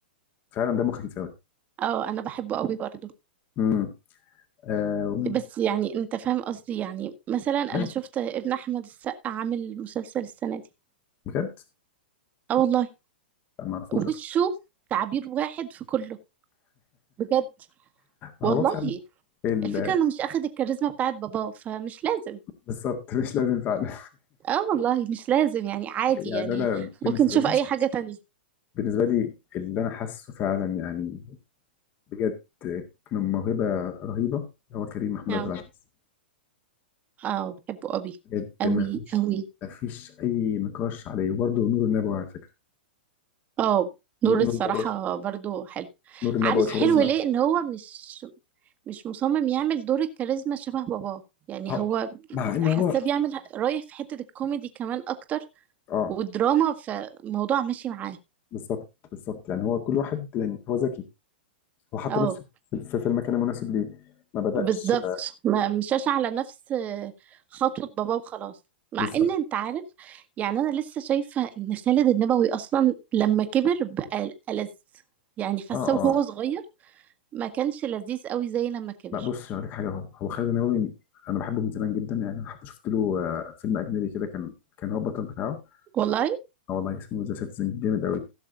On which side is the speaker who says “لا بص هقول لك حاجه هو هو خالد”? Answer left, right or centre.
Left